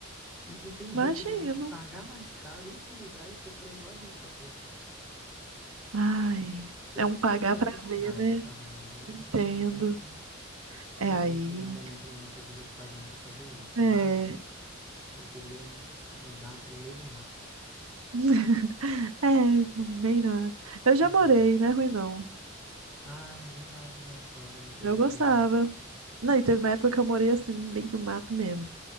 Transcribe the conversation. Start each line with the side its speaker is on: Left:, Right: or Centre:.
Centre: E, e tem o risco
Right: imagino.
Centre: da gente pagar mais caro, ir para um lugar e sofrer igual a gente sofre aqui.
Right: Ai.
Centre: Por
Right: É
Centre: isso
Right: um
Centre: que eu
Right: pagar
Centre: queria mudar
Right: pra
Centre: de cidade,
Right: ver, né?
Centre: sabe, amiga? Mas
Right: Entendo.
Centre: infelizmente, infelizmente
Right: É aí.
Centre: não é o momento da nossa vida que tá dando para fazer isso.
Right: É.
Centre: Mas eu queria mudar para o meio do mato.
Right: <laughs> É, no meio da... Eu já
Centre: É.
Right: morei, não é ruim não.
Centre: Ah, é verdade, né? Essa era do interiorzão.
Right: Eu gostava. Não, e teve uma época que eu morei assim, no meio do mato mesmo.